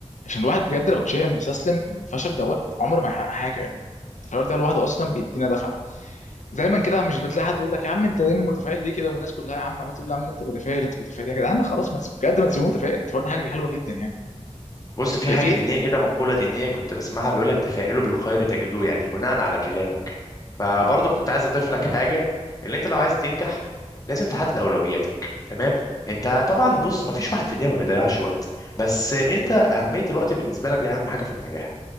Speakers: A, on the left (about 85°); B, on the left (about 30°).
A: عشان الواحد بجد لو اتشائم واستسلم الفشل دوت عمره ما يحقق حاجه يعني التفاؤل ده لوحده اصلا بيدينا دفعه دايما كده مش بتلاقي حد يقول لك يا عم انت دايما متفائل ليه كده والناس كلها يا عم عمال تقول يا عم انت متفائل انت متفائل يا جدعان خلاص ما تسيب بجد ما تسيبوه متفائل التفاؤل ده حاجه حلوه جدا يعني
B: بص في
A: هي
B: حاجة
A: في
B: دينية كده مقولة دينية كنت بسمعها بيقولك تفائلوا بالخير تجدوه يعني بناء على كلامك فبرضه
A: اه
B: كنت عايز أضيف لك حاجة اللي أنت لو عايز تنجح لازم تحدد أولوياتك تمام أنت طبعا بص مفيش واحد في الدنيا ما بيضيعش وقت بس أنت أهمية الوقت بالنسبة لك دي أهم حاجة في النجاح